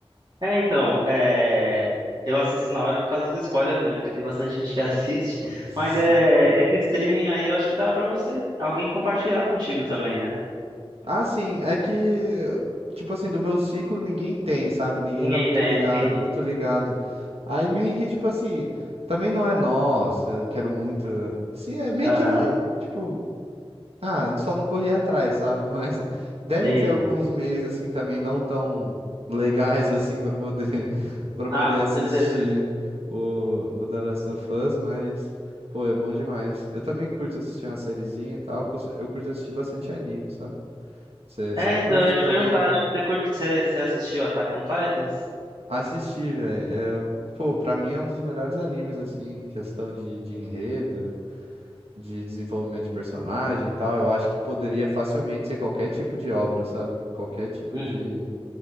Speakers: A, on the right (about 50°); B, on the right (about 80°).
A: É, então, é, eu assisto na hora por causa dos spoilers mesmo, porque tem bastante gente que <laughs> assiste.
B: <laughs>
A: Mas é, esse streaming aí eu acho que dá pra você, alguém compartilhar contigo também, né?
B: Ah, sim, é que, tipo assim, do meu ciclo ninguém tem, sabe? Ninguém
A: Ninguém
B: era muito
A: tem,
B: ligado,
A: entendi.
B: muito ligado. Aí meio que, tipo assim, também não é nossa, eu quero muito. Assim, é meio
A: Aham,
B: que, vi- tipo. Ah, só não corri atrás, sabe? <laughs> Mas deve
A: entendi.
B: ter alguns meios assim também não tão legais assim para poder <laughs> para
A: Ah,
B: poder
A: com
B: assistir
A: certeza.
B: o, o The Last of Us, mas pô, é bom demais. Eu também curto assistir uma sériezinha e tal, cus- eu curto assistir bastante anime, sabe? Você
A: É, então,
B: curte
A: eu ia te
B: também
A: perguntar, acho que você curte, você, você assistiu Attack on Titans?
B: assistir, velho. É, pô, pra mim é um dos melhores animes assim, em questão de, de enredo. de desenvolvimento de personagem e tal, eu acho que poderia facilmente ser qualquer tipo de obra, sabe? Qualquer tipo
A: Uhum.
B: de.